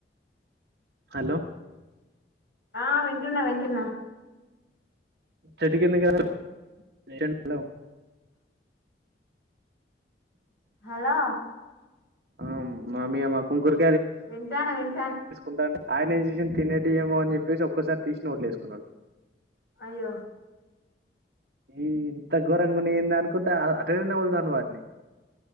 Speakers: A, on the right (about 60°); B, on the left (about 75°).
A: హలో
B: ఆ వింటున్నా వింటున్నా
A: చెట్టుకిందకా ఆ
B: హలో
A: అ మా మేమా కుంకర్
B: వింటాన్న విన్
A: తీసుకుంటంటే ఆయన ఏం చేసిండు తినేటివి ఏమో అని చెప్పేసి ఒక్కసారి తీసి నోట్లో వేసుకున్నాడు
B: అయ్యో
A: ఈ ఇంత ఘోరంగా ఉంది ఏంది అనుకుంటా అట్టనే నములుతాండు ఆటిని